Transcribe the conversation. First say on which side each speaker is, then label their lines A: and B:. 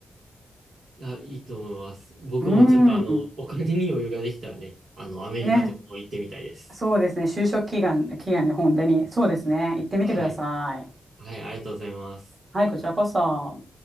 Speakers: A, on the right; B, on the right.
A: いや、いいと思います。僕もちょっとあの、
B: うんん、
A: お金に余裕ができたらね、あの、アメリカとかも行ってみたいです。
B: ね、そうですね、就職祈願、祈願に本当に、そうですね、行ってみてください。
A: はい。はい、ありがとうございます。
B: はい、こちらこそ。